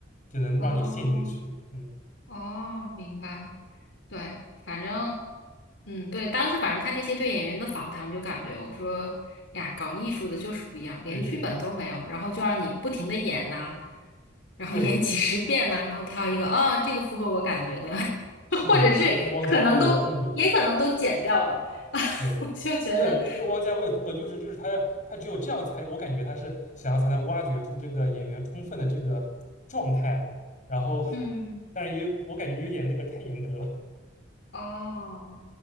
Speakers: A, on the left (about 40°); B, on the left (about 65°).
A: 就能让你陷进去。
B: 哦
A: 嗯。
B: 哦，明白。对，反正，嗯，对，当时反正看那些对演员的访谈，我就感觉我说哎呀，搞艺术的就是不一样，连剧本都没有，
A: 对对对
B: 然后就让你不停的演呐、然后演几十遍呐、
A: 对，
B: 然后挑一个啊，这个符合我感觉的，
A: 是的，
B: <laughs> 或者是可能都也可能都剪掉了，
A: 这就是汪家卫的风格。
B: <laughs>
A: 对，
B: 我就觉得，
A: 是的，就是汪家卫的风格，就是就是他他只有这样才，我感觉他是想要才能挖掘出这个演员充分的这个状态，然后，
B: 嗯，
A: 但是也有我感觉有点那个太严格了。
B: 哦，